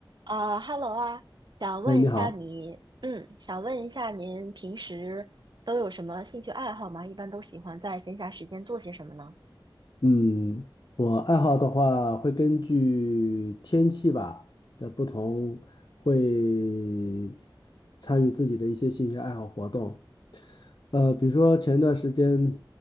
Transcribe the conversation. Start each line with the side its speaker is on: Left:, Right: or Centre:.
Right: 呃，Hello 啊，想问一下你，
Left: 哎，你好，
Right: 嗯，想问一下您平时都有什么兴趣爱好吗？一般都喜欢在闲暇时间做些什么呢？
Left: 嗯，我爱好的话会根据天气吧的不同，会参与自己的一些兴趣爱好活动。呃，比如说前段时间